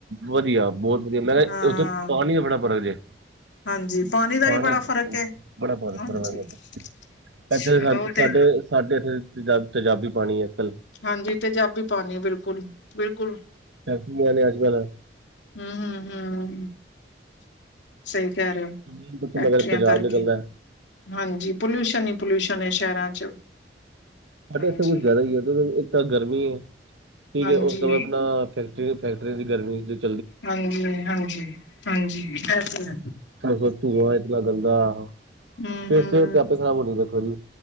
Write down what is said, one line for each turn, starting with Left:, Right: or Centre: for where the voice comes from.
Right: ਵਦੀਆ ਬੌਤ ਵਦੀਆ ਮੈਂ ਕਿਆ
Left: ਹਾਂ
Right: ਉੱਥੇ ਪਾਣੀ ਦਾ ਬੜਾ ਫਰਕ ਜੇ।
Left: ਹਾਂਜੀ ਦਾ
Right: ਪਾਣੀ
Left: ਵੀ ਬੜਾ ਫ਼ਰਕ ਹੈ
Right: ਬੜਾ ਫਰਕ
Left: ਹਾਂਜੀ
Right: <unintelligible>
Left: ਅੱਛਾ
Right: ਇੱਥੇ ਸਾ
Left: ਉਹ ਤੇ
Right: ਸਾਡੇ ਸਾਡੇ ਇੱਥੇ ਤੇਜ਼ਾਬੀ ਪਾਣੀ ਹੈ ਕੱਲ
Left: ਹਾਂਜੀ, ਤੇਜ਼ਾਬੀ ਪਾਣੀ ਬਿਲਕੁਲ, ਬਿਲਕੁਲ।
Right: ਫੈਕਟਰੀਆਂ ਨੇ ਅੱਜ ਕੱਲ
Left: ਹੂੰ, ਹੂੰ, ਹੂੰ। ਸਈ ਕੈ ਰਏ ਓ।
Right: ਜ਼ਮੀਨ ਤੋਂ
Left: ਫੈਕਟਰੀਆਂ
Right: ਮਗਰ ਤੇਜ਼ਾਬ
Left: ਕਰਕੇ
Right: ਨਿਕਲਦਾ ਹੈ
Left: ਹਾਂਜੀ, ਪੋਲਿਊਸ਼ਨ ਈ ਪੋਲਿਊਸ਼ਨ ਏ ਸ਼ਹਿਰਾਂ ਚ।
Right: ਸਾਡੇ
Left: ਹਾਂਜੀ
Right: ਏਥੇ ਕੁਛ ਜੈਦਾ ਈ ਐ ਕਿਉਂਕਿ ਇੱਕ ਤਾਂ ਗਰਮੀ ਐ ਠੀਕ
Left: ਹਾਂਜੀ
Right: ਏ ਉਸ ਤੋਂ ਬਾਦ ਅਪਣਾ ਫੈ ਫੈਕਟਰੀਆਂ ਦੀ ਗਰਮੀ ਚ।
Left: ਹਾਂਜੀ, ਹਾਂਜੀ, ਹਾਂਜੀ, ਐ ਤੇ ਹੈ।
Right: ਓਦਰੋਂ ਧੂਆਂ ਇਤਨਾ ਗੰਦਾ,
Left: ਹੂੰ
Right: ਤੇ
Left: ਹੂੰ
Right: ਸੇਹਤ ਆਪੇ ਖਰਾਬ ਹੋਣੀ ਵੇਖੋ ਜੀ।